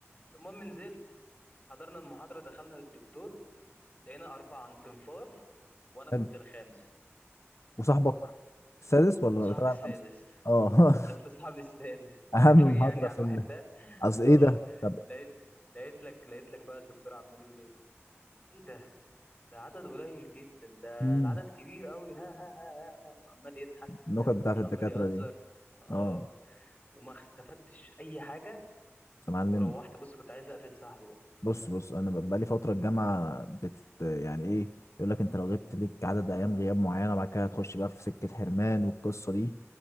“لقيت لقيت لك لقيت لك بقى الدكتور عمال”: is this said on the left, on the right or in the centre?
Left